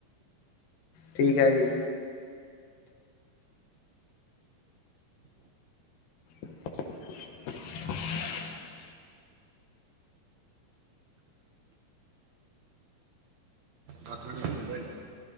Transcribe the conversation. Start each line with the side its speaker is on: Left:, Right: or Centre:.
Left: ਠੀਕ ਐ ਜੀ। <inaudible>
Right: ਦਾੱਸ ਮਿੰਟ ਵਿੱਚ ਮੰੰਦਾ <unintelligible>